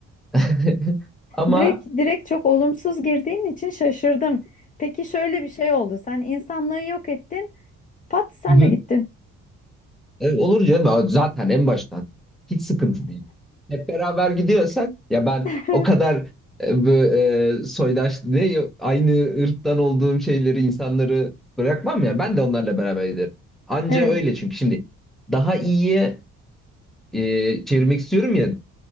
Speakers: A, in the centre; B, on the left.
A: <laughs> Ama
B: Direkt direkt çok olumsuz girdiğin için şaşırdım. Peki şöyle bir şey oldu. Sen insanlığı yok ettin. Pat sen
A: Hı hı.
B: de gittin.
A: E, olur canım Ama zaten en baştan hiç sıkıntı değil. Hep beraber gidiyorsak ya ben
B: <laughs>
A: o kadar e, bu, e, soydaş ne aynı ırktan olduğum şeyleri insanları bırakmam ya ben de onlarla beraber giderim. Anca
B: Evet.
A: öyle çünkü şimdi daha iyiye e, çevirmek istiyorum ya